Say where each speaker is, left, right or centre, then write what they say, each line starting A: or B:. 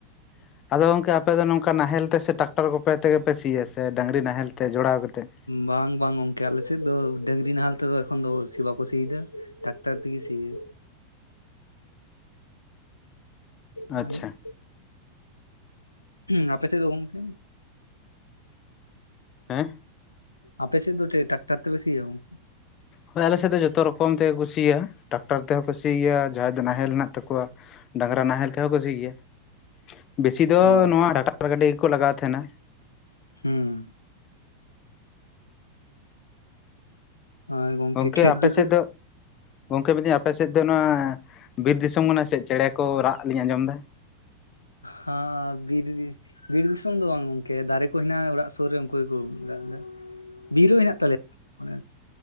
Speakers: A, on the left; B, on the left.
A: <inaudible> ᱟᱫᱚ ᱜᱚᱢᱠᱮ ᱟᱯᱮᱫᱚ ᱱᱚᱝᱠᱟ ᱱᱟᱦᱮᱞ ᱛᱮᱸᱥᱮ ᱴᱟᱠᱴᱚᱨ ᱠᱚᱯᱮ ᱛᱮᱜᱮ ᱯᱮ ᱥᱤᱭᱟ ᱥᱮ ᱰᱟᱹᱝᱨᱤ ᱱᱟᱦᱮᱞ ᱛᱮ ᱡᱚᱲᱟᱣ ᱠᱟᱛᱮᱫ᱾
B: ᱵᱟᱝ ᱵᱟᱝ ᱜᱚᱢᱠᱮ ᱟᱞᱮᱥᱮᱫ ᱫᱚ ᱰᱟᱹᱝᱨᱤ ᱱᱟᱦᱮᱞ ᱛᱮᱫᱚ ᱮᱠᱷᱚᱱ ᱫᱚ ᱥᱤ ᱵᱟᱠᱚ ᱥᱤᱭᱮᱫᱟ᱾ ᱴᱨᱟᱠᱴᱟᱨ ᱛᱮᱜᱮ ᱥᱤᱭᱳ᱾ ᱦᱩᱭᱩᱜ-ᱟ᱾
A: ᱟᱪᱪᱷᱟ᱾
B: ᱦᱩᱸ ᱟᱯᱮᱥᱮᱫ ᱫᱚ ᱜᱚᱝᱠᱮ
A: ᱦᱮᱸ
B: ᱟᱯᱮᱥᱮᱫ ᱫᱚ ᱪᱮᱫ ᱴᱟᱠᱴᱟᱨ ᱛᱮᱯᱮ ᱥᱤᱭᱟ ᱜᱚᱝ
A: ᱦᱳᱭ ᱟᱞᱮᱥᱮᱫ ᱫᱚ ᱡᱚᱛᱚ ᱨᱚᱠᱚᱢ ᱛᱮᱜᱮ ᱠᱚ ᱥᱤᱭᱟ ᱴᱟᱠᱴᱟᱨ ᱛᱮᱦᱚ ᱠᱚ ᱥᱤᱭᱟ ᱡᱟᱦᱟᱸᱭ ᱫᱚ ᱱᱟᱦᱮᱞ ᱦᱮᱱᱟᱜ ᱛᱟᱠᱚᱣᱟ᱾ ᱰᱟᱝᱨᱟ ᱱᱟᱦᱮᱞ ᱛᱮᱦᱚᱸ ᱠᱚ ᱥᱤ ᱜᱮᱭᱟ <inaudible> ᱵᱮᱥᱤ
B: ᱦᱚᱸ
A: ᱫᱚ ᱱᱚᱣᱟ ᱴᱨᱟᱠᱴᱟᱨ ᱜᱟᱹᱰᱤ ᱜᱮᱠᱚ ᱞᱟᱜᱟᱣ ᱛᱟᱦᱮᱱᱟ᱾
B: ᱦᱩᱸ ᱟᱨ ᱜᱚᱝᱠᱮ
A: ᱜᱚᱢᱠᱮ
B: ᱠᱷᱮᱛ
A: ᱟᱯᱮ ᱥᱮᱫ
B: ᱪᱮᱫ
A: ᱫᱚ? <inaudible> ᱜᱚᱝᱠᱮ ᱢᱮᱱᱫᱟᱹᱧ ᱟᱯᱮ ᱥᱮᱫ ᱫᱚ ᱱᱚᱣᱟ ᱵᱤᱨ ᱫᱤᱥᱚᱢ ᱠᱟᱱᱟ ᱥᱮ ᱪᱮᱬᱮ ᱠᱚ ᱨᱟᱜ ᱞᱤᱧ ᱟᱸᱡᱚᱢ ᱮᱫᱟ?
B: ᱦᱚᱸ ᱵᱤᱨ ᱫᱤ ᱵᱤᱨ ᱫᱤᱥᱚᱢ ᱫᱚ ᱵᱟᱝ ᱜᱚᱢᱠᱮ ᱫᱟᱨᱮ ᱠᱚ ᱦᱮᱱᱟᱜ-ᱟ ᱚᱲᱟᱜ ᱥᱩᱨ ᱨᱮ ᱩᱱᱠᱩ ᱜᱮᱠᱚ ᱨᱟᱜ ᱮᱫᱟ᱾ ᱵᱤᱨᱳ ᱦᱮᱱᱟᱜ ᱛᱟᱞᱮᱭᱟ <inaudible> ᱚᱱᱮ